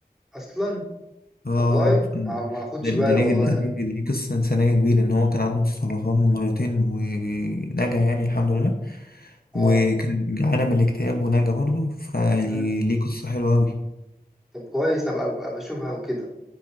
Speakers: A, in the centre; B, on the left.
A: اصلا
B: اه
A: والله ما ما اخدش
B: ده ده
A: بالي
B: ليه
A: والله
B: ده
A: يعني
B: ليه ليه قصة إنسانية كبيرة إن هو كان عنده سرطان مرتين ونجا يعني الحمد لله
A: اه
B: وكان جعانة من الاكتئاب ونجا برضه فيعني
A: امم
B: ليه قصة حلوة أوي
A: طب كويس هبقى أبقى بشوفها وكده